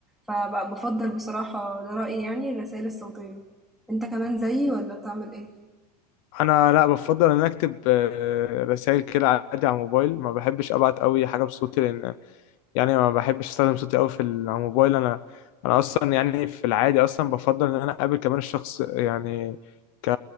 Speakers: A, in the centre; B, on the left.
A: فب بافضّل بصراحة ده رأيي يعني الرسايل الصوتية، أنت كمان زيي والّا بتعمل إيه؟
B: انا لا بفضل ان أنا اكتب رسائل كده عادي على الموبايل ما بحبش ابعت قوي حاجه بصوتي لان يعني ما بحبش استخدم صوتي قوي في ال- على الموبايل انا انا اصلا يعني في العادي اصلا بفضل ان انا اقابل كمان الشخص يعني ك